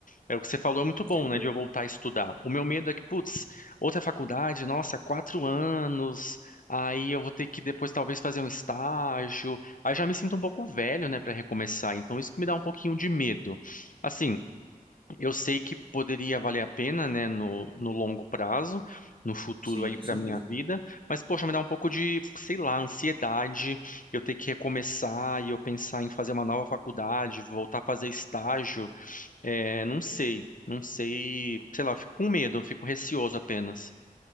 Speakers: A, on the left; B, on the right.
A: É o que você falou, é muito
B: Entendo.
A: bom, né, de eu voltar a estudar. O meu medo é que, putz, outra faculdade, nossa, quatro anos, aí eu vou ter que depois talvez fazer um estágio. Aí já me sinto um pouco velho, né, para recomeçar. Então isso que me dá um pouquinho de medo. Assim, eu sei que poderia valer a pena, né, no, no longo prazo, no futuro
B: Sim,
A: aí
B: com
A: para
B: certeza.
A: minha vida, mas poxa, me dá um pouco de, sei lá, ansiedade, eu ter que recomeçar e eu pensar em fazer uma nova faculdade, voltar a fazer estágio, é, não
B: Sim,
A: sei,
B: sim.
A: não sei, sei lá, eu fico com medo, eu fico receoso apenas.